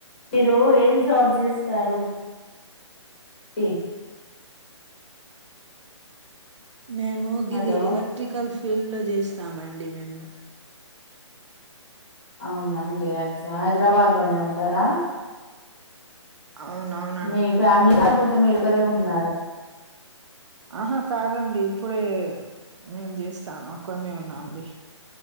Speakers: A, on the left (about 20°); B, on the right (about 70°).
A: మీరు ఏం జాబ్ జేస్తారు? ఏ
B: మేమూ గిది
A: హలో
B: ఎలక్ట్రికల్ ఫీల్డ్లో జేస్తామండి మేము.
A: అవునండి అచ్చ హైదరాబాద్లోనే ఉంటరా?
B: అవునవు
A: మీ ఫ్యామ్లీ రాకపోతే మీరొకరే ఉంట్నారా?
B: ఆహా కాదండి ఇప్పుడే నేన్జేస్తానొక్కన్నే ఉన్నాండి.